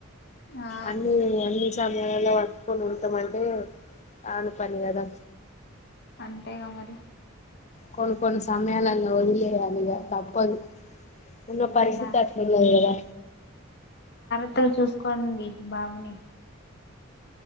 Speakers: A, on the left; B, on the left.
A: ఆ
B: అన్ని అన్ని సమయాలల్లో వర్క్కని ఉంటమంటే కాని పని కదా
A: అంతేగా మరి
B: కొన్ని కొన్ని సమయాల్లో ఒదిలేయలిగ తప్పదు ఉన్న పరిస్థతి
A: జా
B: అట్లా కాదు కదా
A: జాగ్రత్తగా చూసుకోండి బాబుని